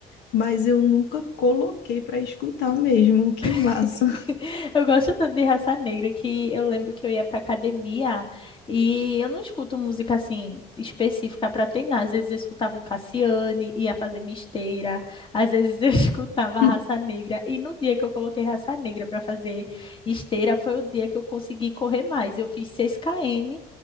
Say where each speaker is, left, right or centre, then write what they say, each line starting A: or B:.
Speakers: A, on the left; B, on the left.
A: Mas eu nunca coloquei pra escutar mesmo. Que massa.
B: <laughs> Eu gosto tanto de raça negra que eu lembro que eu ia pra academia e eu não escuto música assim específica para treinar. Às vezes eu escutava um Cassiane, ia fazer minha esteira, às vezes eu <laughs> escutava raça
A: <laughs>
B: negra. E no dia que eu coloquei raça negra para fazer esteira, foi o dia que eu consegui correr mais. Eu fiz 6 km